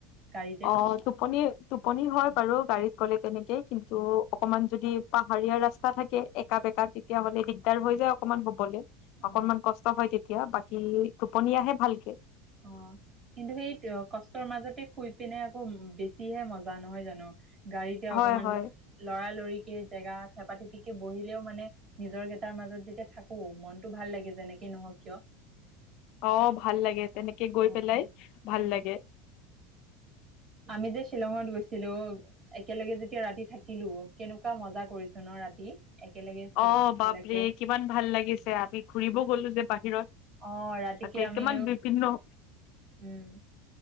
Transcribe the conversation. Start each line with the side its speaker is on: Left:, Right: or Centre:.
Right: গাড়ীতে
Left: অ', টোপনি, টোপনি হয়, বাৰু গাড়ীত গ'লে, তেনেকে কিন্তু অকণমান যদি পাহাৰীয়া ৰাস্তা থাকে, একা বেঁকা তেতিয়া হ'লে দিগদাৰ হৈ যায় অকনমান শুবলে
Right: অ
Left: অকনমান কষ্ট হয়, তেতিয়া বাক কি, টোপনি আহে ভালকে।
Right: অ', কিন্তু সেইটোৱে কষ্টৰ মাজতে শুই পিনে আকৌ বেছিহে মজা নহয় জানো? গাড়ীতে অকমান
Left: হয় হয়
Right: লৰালৰিকে জেগাত থেপা, থেপিকে বহিলেও মানে নিজৰ গেটাৰ মাজত যেতিয়া থাক কো, মনতো ভাল লাগে যেনেকে নহওঁক কিয়
Left: অ', ভাল লাগে। তেনেকে গৈ
Right: অ
Left: পেলাই, ভাল
Right: অ
Left: লাগে।
Right: আমি যে শ্বিলঙত গৈছিলোঁ, একেলগে যেতিয়া ৰাতি থাকিলোঁ, কেনেকুৱা মজা কৰিছোঁ ন' ৰাতি? একেলগে চব
Left: অ', বাপৰে
Right: বিলাকে
Left: কিমান ভাল লাগিছে আমি ঘুৰিব গ'লো যে, বাহিৰত তাতে
Right: অ ৰাতিকে আমি
Left: কিমান বিভিন্ন
Right: উম।